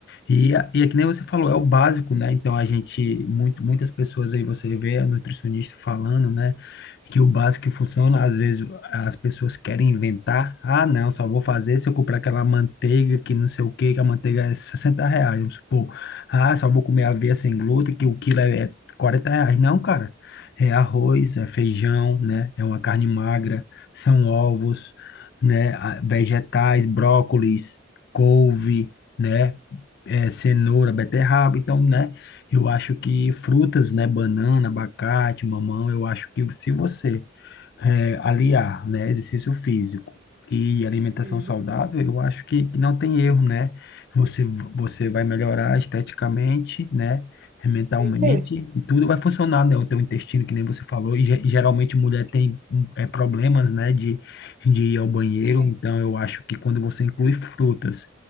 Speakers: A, on the left; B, on the right.
A: E, a- e é que nem você falou, é o básico, né? Então a gente, muito, muitas pessoas aí você vê a nutricionista falando, né? Que o básico que funciona, às vezes as pessoas querem inventar. Ah, não, só vou fazer se eu comprar aquela manteiga que não sei o quê, que a manteiga é 60 reais, vamos supor. Ah, só vou comer aveia sem glúten, que o quilo é, é 40 reais. Não, cara. É arroz, é feijão, né? É uma carne magra, são ovos, né? Ah, Vegetais, brócolis, couve, né? É, cenoura, beterraba. Então, né? Eu acho que frutas, né? Banana, abacate, mamão. Eu acho que se você é, aliar, né, exercício físico e alimentação
B: Uhum,
A: saudável, eu acho que, que não tem erro, né? Você, você vai melhorar esteticamente, né? mentalmente,
B: certeza.
A: e tudo vai funcionar, né? O teu intestino, que nem você falou, e, ge- geralmente mulher tem hum, é, problemas, né, de, de ir ao banheiro,
B: É,
A: então eu acho que quando você inclui frutas